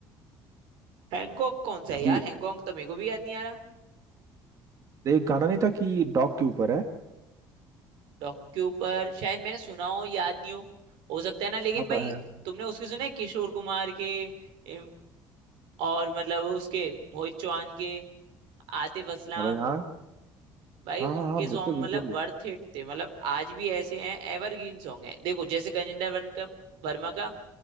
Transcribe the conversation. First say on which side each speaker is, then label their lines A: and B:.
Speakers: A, on the right (about 85°); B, on the right (about 40°).
A: हैंकॉक कौन सा है यार
B: दू-
A: हैंकॉक तो मेरे को भी याद नहीं आ रहा
B: एक गाना नहीं था कि डॉग के ऊपर है
A: डॉक्यू पर शायद मैंने सुना हो याद नहीं हो हो सकता है ना लेकिन
B: हाँ
A: भाई
B: प-
A: तुमने उसके सुने किशोर कुमार के इम, और मतलब उसके मोहित चौहान के आतिफ असलाम
B: हाँ भाई हाँ
A: भाई
B: हाँ
A: उनके
B: हाँ हाँ
A: सॉन्ग
B: बिल्कुल बिल्कुल
A: मतलब वर्थ इट थे मतलब आज भी ऐसे हैं एवरग्रीन सॉन्ग है देखो जैसे गजेंद्र वर्न का वर्मा का